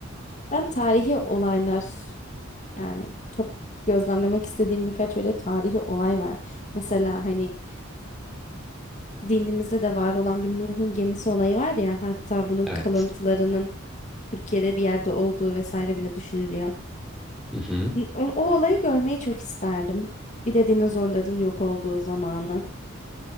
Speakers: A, on the left; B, in the centre.
A: Ben tarihi olaylar yani çok gözlemlemek istediğim birkaç öyle tarihi olay var. Mesela hani dinimizde de var olan bir Nuh'un gemisi olayı var ya hatta bunun
B: Evet.
A: kalıntılarının Türkiye'de bir yerde olduğu vesaire bile düşünülüyor.
B: Hı hı.
A: N- O, o olayı görmeyi çok isterdim. Bir de dinozorların yok olduğu zamanı.